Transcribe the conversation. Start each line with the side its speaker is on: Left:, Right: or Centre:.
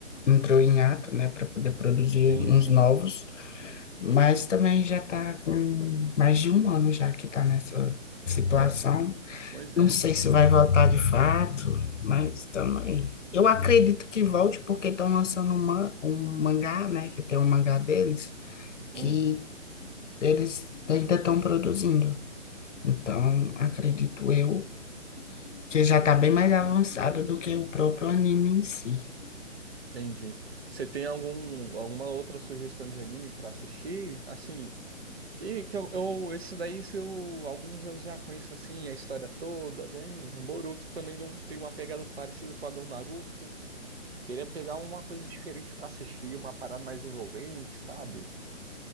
Left: entrou em ato, né, para poder produzir
Right: sim,
Left: uns
Right: sim.
Left: novos. Mas também já tá com mais de um ano já que tá nessa situação.
Right: É, Pois
Left: Não
Right: é.
Left: sei se vai voltar de fato, mas também. Eu acredito que volte porque estão lançando uma, um mangá, né? Que tem um mangá deles,
Right: Hum,
Left: que eles ainda estão produzindo. Então, acredito eu que já está bem mais avançado do que o próprio anime em si.
Right: entendi. Você tem algum, alguma outra sugestão de anime pra assistir? Assim, que, que eu, eu- esse daí, se eu- alguns eu já conheço assim, a história toda, né? O Boruto também não tem uma pegada parecida com a do Naruto. Queria pegar uma coisa diferente pra assistir, uma parada mais envolvente, sabe?